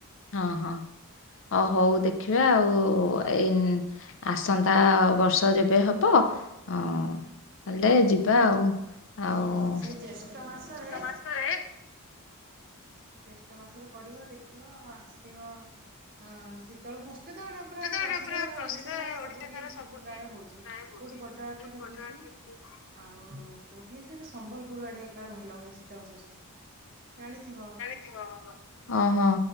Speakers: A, on the left; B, on the right.
A: ହଁ ହଁ ଅ ହଉ ଦେଖିବା ଆଉ। ଏଇ ନ୍ ଆସନ୍ତା ବର୍ଷ ଯେବେ ହବ ଅଁ
B: ହୁଁ
A: ତାଲେ ଯିବା ଆଉ। ଆଉ
B: ହଁ ସେଇ ଜ୍ୟେଷ୍ଠ ମାସରେ
A: ସନ୍ତା ମାସରେ
B: ଜ୍ୟେଷ୍ଠ ମାସରେ ପଡ଼ିବ ଦେଖିବ ଆସିବ। ଅଁ ଶୀତଳ ଷଷ୍ଠି ତ ହେଟା ପୁରା
A: <unintelligible>
B: ପ୍ରସିଦ୍ଧ
A: ପରା ପ୍ରସିଦ୍ଧ
B: ଓଡ଼ିଶା ସାରା ସବୁଠି
A: ଓଡ଼ିଶା ସାରା ସବୁଠି
B: ପ୍ରାୟ ହଉଛି।
A: ପ୍ରାୟ ହଉଛି।
B: କୋଉଠି ବଡ଼
A: <unintelligible>
B: ଆକାରରେ ହଉଛି ଆଉ କୋଉଠି ସେଟା ସମ୍ବଲପୁରୁ ଆଡ଼େ କାଳେ ଭଲ ହୁଏ ଶୀତଳଷଷ୍ଠୀ ଜାଣିଥିବ୍
A: ଅ ହ